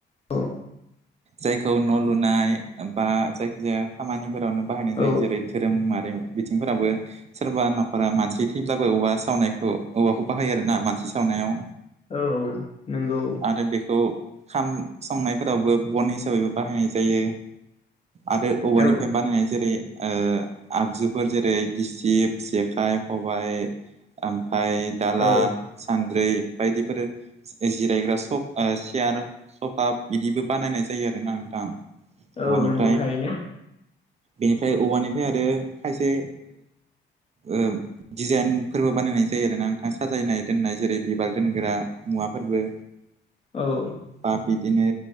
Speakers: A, on the left; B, on the right.
A: औ
B: जायखौ न' लुनाय बा जायखिजाया खामानिफोरावनो बाहायनाय जायो
A: औ
B: जेरै धोरोमारि बिथिंफोरावबो सोरबा न'खरा मानसि थैब्लाबो औवा सावनायखौ औवाखौ बाहायो आरोना मानसि सावनायाव।
A: औ नोंगौ।
B: आरो बेखौ खाम संनायफोरावबो बन हिसाबैबो बाहायनाय जायो। आरो औवानिफ्राय
A: औ
B: बानायनाय जेरै आगजुफोर जेरै गिसिब, जेखाइ, खबाइ ओमफ्राय दाला,
A: औ
B: सान्द्रै बायदिफोर जिरायग्रा सफ ओ सियार सफा बिदिबो बानायनाय जायो आरो ना नोंथां औवानिफ्राय।
A: औ नंगौ थारैनो
B: बेनिफ्राय औवानिफ्राय आरो खायसे ओ डिजाइनफोरबो बानायनाय जायो आरोना नोंथां साजायनाय दोननाय जेरै बिबार दोनग्रा मुवाफोरबो
A: औ।
B: बा बिदिनो